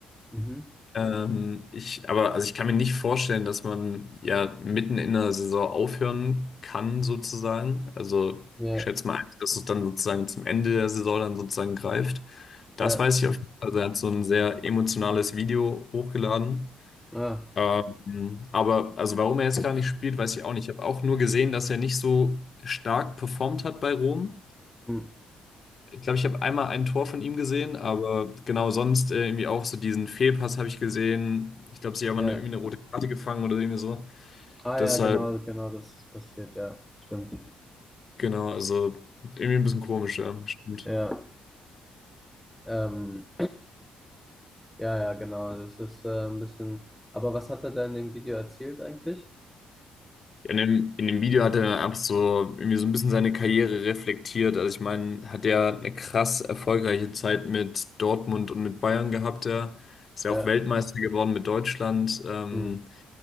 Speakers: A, in the centre; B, on the left.
A: Mhm.
B: Ähm, ich, aber also ich kann mir nicht vorstellen, dass man ja mitten in der Saison aufhören kann, sozusagen. Also
A: Ja,
B: ich schätze mal, dass es dann sozusagen zum Ende der Saison dann sozusagen greift. Das
A: ja,
B: weiß ich auf jeden Fall. Also er hat so ein sehr emotionales Video hochgeladen.
A: ah,
B: Ähm, aber also warum er jetzt gar nicht spielt, weiß ich auch nicht. Ich habe auch nur gesehen, dass er nicht so stark performt hat bei Rom.
A: hm,
B: Ich glaube, ich habe einmal ein Tor von ihm gesehen, aber genau sonst äh, irgendwie auch so diesen Fehlpass habe ich gesehen. Ich glaube, sie haben
A: ja.
B: irgendwie eine rote Karte gefangen oder irgendwie so.
A: Ah
B: Deshalb,
A: ja, genau, genau, das ist passiert, ja, stimmt.
B: genau, also irgendwie ein bisschen komisch, ja, stimmt.
A: Ja, ähm, ja, ja, genau, das ist äh, ein bisschen. Aber was hat er da in dem Video erzählt eigentlich?
B: In dem, in dem Video hat er ab so irgendwie so ein bisschen seine Karriere reflektiert. Also ich meine, hat er eine krass erfolgreiche Zeit mit Dortmund und mit Bayern gehabt, ja. Ist ja
A: Ja,
B: auch Weltmeister geworden mit Deutschland. Ähm,
A: hm,